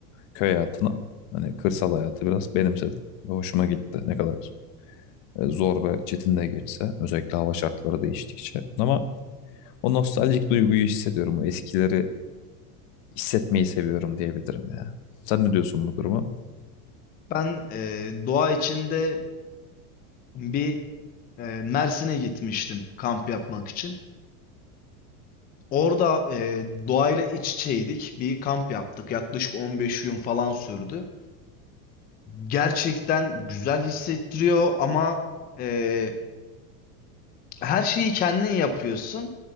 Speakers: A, on the left; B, on the left.
A: köy hayatına hani kırsal hayatı biraz benimsedim. Ve hoşuma gitti. Ne kadar e, zor ve çetin de geçse özellikle hava şartları değiştikçe. Ama o nostaljik duyguyu hissediyorum. O eskileri hissetmeyi seviyorum diyebilirim ya. Sen ne diyorsun bu duruma?
B: Ben e, doğa içinde bir e, Mersin'e gitmiştim kamp yapmak için. Orada e, doğayla iç içeydik. Bir kamp yaptık. Yaklaşık 15 gün falan sürdü. Gerçekten güzel hissettiriyor ama e, her şeyi kendin yapıyorsun.